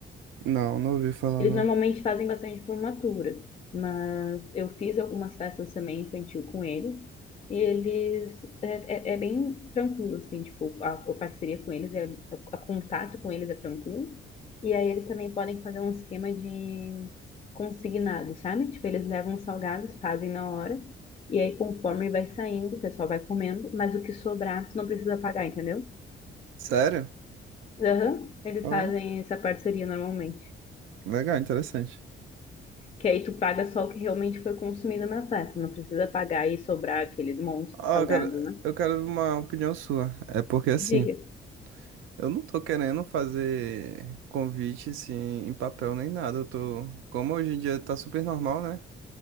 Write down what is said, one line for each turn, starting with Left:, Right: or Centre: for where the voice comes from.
Right: Não, não ouvi falar,
Left: Eles
Right: não.
Left: normalmente fazem bastante formatura, mas eu fiz algumas festas também infantil com eles. E eles é, é, é bem tranquilo, assim, tipo, a, a parceria com eles, é, a, contato com eles é tranquilo. E aí eles também podem fazer um esquema de consignado, sabe? Tipo, eles levam os salgados, fazem na hora, e aí conforme vai saindo, o pessoal vai comendo, mas o que sobrar, tu não precisa pagar, entendeu?
Right: Sério?
Left: Aham, eles
Right: Ah,
Left: fazem essa parceria normalmente.
Right: Legal, interessante.
Left: Que aí tu paga só o que realmente foi consumido na festa. Não precisa pagar e sobrar aqueles montes
Right: Ah,
Left: de salgado,
Right: eu quero,
Left: né?
Right: eu quero uma opinião sua. É porque assim,
Left: Diga.
Right: eu não tô querendo fazer convite assim em papel nem nada. Eu tô, como hoje em dia tá super normal, né?